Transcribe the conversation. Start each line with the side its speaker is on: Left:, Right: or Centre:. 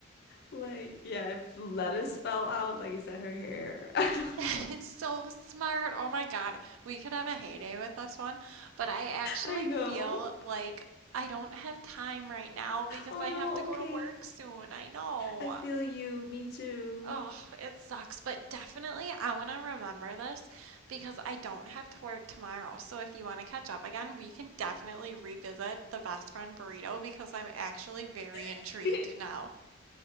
Left: like yeah, if lettuce fell out, like is that her hair? <laughs> I don't
Right: <laughs> That
Left: know.
Right: is so smart. Oh my God. We could have a heyday with this one. But I actually
Left: I know.
Right: feel like I don't have time right now because
Left: Oh
Right: I
Left: no,
Right: have to go
Left: okay.
Right: to work soon. I know.
Left: I feel you. Me too.
Right: Oh, it sucks. But definitely, I want to remember this because I don't have to work tomorrow. So if you want to catch up again, we can definitely revisit the best friend burrito because I'm actually very intrigued
Left: <laughs>
Right: now.